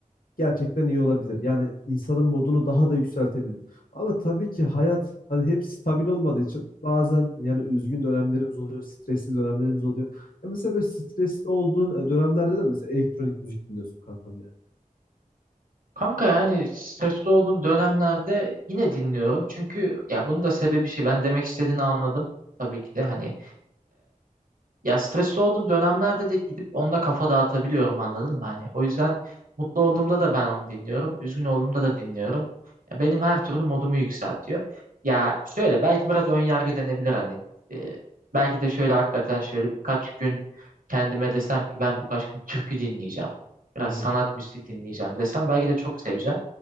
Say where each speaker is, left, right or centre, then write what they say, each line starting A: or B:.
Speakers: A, on the left (about 75°); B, on the right (about 70°).
A: gerçekten iyi olabilir. Yani insanın modunu daha da yükseltebilir. Ama tabii ki hayat hani hep stabil olmadığı için bazen yani üzgün dönemlerimiz oluyor, stresli dönemlerimiz oluyor. Ya mesela böyle stresli olduğun e, dönemlerde de mesela elektronik müzik dinliyorsun kankam yani.
B: Kanka yani stresli olduğum dönemlerde yine dinliyorum. Çünkü ya bunun da sebebi şey. Ben demek istediğini anladım. Tabii ki de hani Ya stresli olduğum dönemlerde de gidip onunla kafa dağıtabiliyorum anladın mı? Hani o yüzden mutlu olduğumda da ben onu dinliyorum. Üzgün olduğumda da dinliyorum. Ya benim her türlü modumu yükseltiyor. Ya şöyle belki biraz ön yargı denebilir hani. E, belki de şöyle hakikaten şöyle birkaç gün kendime desem ki ben birkaç gün türkü dinleyeceğim. Biraz
A: Hı hı.
B: sanat müziği dinleyeceğim desem belki de çok seveceğim.